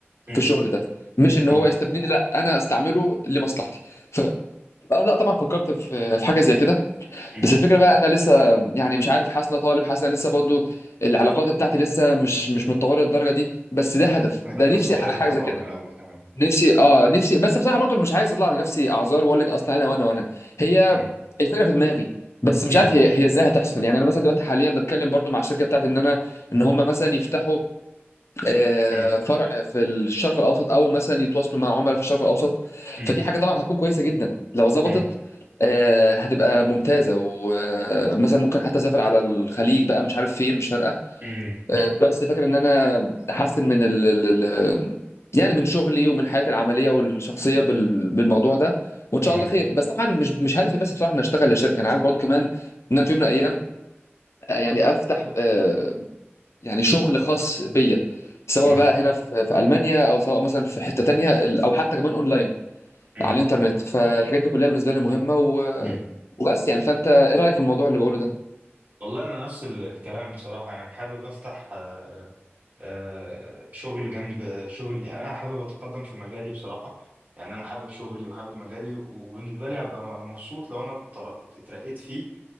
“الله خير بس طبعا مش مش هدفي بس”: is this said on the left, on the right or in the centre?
Left